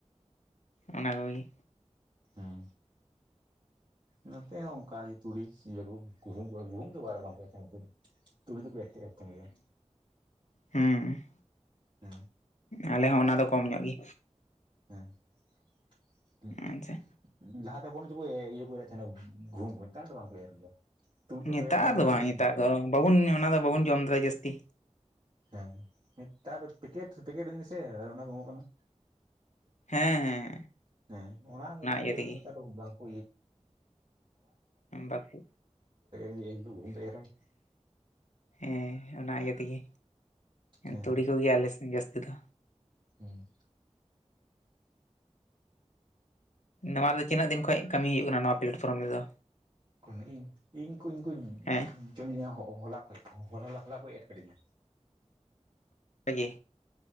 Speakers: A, on the left; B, on the right.
A: ᱚᱱᱟ ᱠᱚᱜᱮ᱾
B: ᱦᱮᱸ ᱱᱚᱛᱮ ᱦᱚᱸ ᱚᱝᱠᱟ ᱜᱤ᱾ ᱛᱩᱲᱤ ᱤᱭᱟᱹ ᱠᱚ ᱜᱩᱦᱩᱢ ᱠᱚ ᱜᱩᱦᱩᱢ ᱫᱚ ᱵᱟᱨ ᱵᱟᱝ ᱛᱩᱲᱤ ᱫᱚᱠᱚ ᱮᱨ ᱛᱟᱦᱮᱱ ᱜᱮᱭᱟ᱾
A: ᱦᱮᱸ
B: ᱦᱮᱸ
A: ᱟᱞᱮ ᱦᱚᱸ ᱚᱱᱟ ᱫᱚ ᱠᱚᱢ ᱧᱚᱜ ᱜᱮ᱾
B: ᱦᱮᱸ
A: ᱟᱪᱪᱷᱟ
B: ᱦᱩᱸ ᱞᱟᱦᱟᱛᱮ ᱵᱚᱨᱟᱝ ᱪᱟ ᱠᱚ ᱤᱭᱟᱹ ᱠᱚ ᱮᱨ ᱛᱟᱦᱮᱱᱟ ᱜᱩᱦᱩᱢ ᱠᱚ ᱱᱮᱛᱟᱨ ᱫᱚ ᱵᱟᱝᱠᱚ ᱮᱨ ᱜᱮᱭᱟ᱾ ᱛᱩᱲᱤ ᱛᱮᱠᱚ
A: ᱧᱮᱛᱟᱨ
B: ᱮᱨ ᱮᱫᱟ
A: ᱫᱚ
B: ᱚᱱᱟ
A: ᱵᱟᱝ
B: ᱦᱚᱸ
A: ᱧᱮᱛᱟᱨ ᱫᱚ ᱵᱟᱵᱚᱱ ᱚᱱᱟ ᱫᱚ ᱵᱟᱵᱚᱱ ᱡᱚᱢ ᱫᱟ ᱡᱟᱹᱥᱛᱤ᱾
B: ᱦᱮᱸ ᱱᱮᱛᱟᱨ ᱯᱮᱠᱮᱴ ᱯᱮᱠᱮᱴ ᱦᱩᱭᱱᱟᱥᱮ ᱚᱱᱟ ᱠᱚ ᱮᱢᱚᱜ ᱠᱟᱱᱟ᱾
A: ᱦᱮᱸ ᱦᱮᱸ
B: ᱦᱮᱸ ᱚᱱᱟ ᱱᱮᱛᱟᱨ ᱱᱤᱡᱠᱚ
A: ᱤᱭᱟᱹ ᱛᱮᱜᱮ
B: ᱱᱮᱛᱟᱨ ᱫᱚ ᱵᱟᱝ ᱠᱚ
A: ᱵᱟᱠᱚ
B: <unintelligible> ᱩᱱ ᱫᱚ ᱮᱨᱟᱭ
A: ᱦᱮᱸ ᱚᱱᱟ ᱤᱭᱟᱹ ᱛᱮᱜᱮ
B: ᱦᱮᱸ
A: ᱛᱩᱲᱤ ᱠᱚᱜᱮ ᱟᱞᱮ ᱥᱮᱱ ᱡᱟᱹᱥᱛᱤ ᱫᱚ᱾
B: ᱦᱩᱸ
A: ᱱᱚᱣᱟ ᱨᱮᱫᱚ ᱛᱤᱱᱟᱹᱜ ᱫᱤᱱ ᱠᱷᱚᱡ ᱠᱟᱹᱢᱤ ᱦᱩᱭᱩᱜ ᱠᱟᱱᱟ ᱱᱚᱣᱟ ᱯᱞᱟᱴᱯᱷᱚᱨᱚᱢ ᱨᱮᱫᱚ᱾
B: ᱚᱱ ᱤᱧ ᱠᱚᱧ ᱠᱚᱧ ᱠᱚ
A: ᱦᱮᱸ
B: ᱡᱚᱢ ᱧᱟᱜᱟ ᱦᱚᱞᱟ ᱠᱷᱚᱱ ᱦᱚᱞᱟ ᱠᱷᱚᱱ ᱮᱴ ᱠᱟᱹᱤᱧᱟ᱾
A: ᱜᱮ